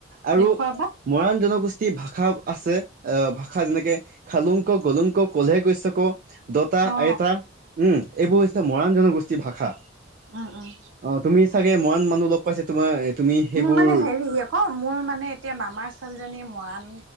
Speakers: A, on the right; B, on the right.
A: আৰু
B: দেখুৱাবা
A: মৰাণ জনগোষ্ঠীৰ ভাষা আছে আহঁ ভাষা যেনেকে খালোং ক গলোং ক কলে গৈছে ক' দতা
B: অ।
A: আইতা উম, এইবোৰ হৈছে মৰাণ জনগোষ্ঠীৰ ভাষা।
B: উম, উম
A: অ' তুমি চাগে মৰাণ মানুহ লগত কৈছে তোমাৰ তুমি সেইবোৰ
B: মোৰ মানে হেৰি আকৌ, মোৰ মানে এতিয়া মামাৰ ছোৱালীজনী মৰাণ